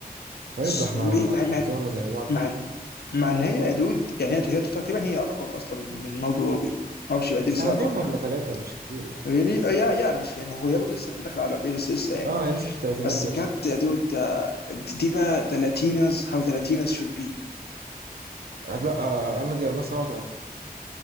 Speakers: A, on the right; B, on the left.
A: طيب
B: س-
A: ده احنا
B: مع مع
A: زورنا زي بعض
B: مع مع ان هي يا دود يعني هي هي تقريبا هي اكبر اصلا من من موجو روبي ما اعرفش يبقى دي
A: سنتين
B: بس هي اكبر منها
A: ولا ثلاثة مش كتير يعني
B: ريلي آه، يا يا مش يعني هو هي برضه لسه داخل على روبي لسه لسه يعني
A: اه هي لسه في الثلاثينات
B: بس
A: برضه
B: بجد يا دود آه، دي دي بقى ذا لاتينوز هاو ذا لاتينوز شود بي
A: آه لا آه آه، أنا دي أرمس 37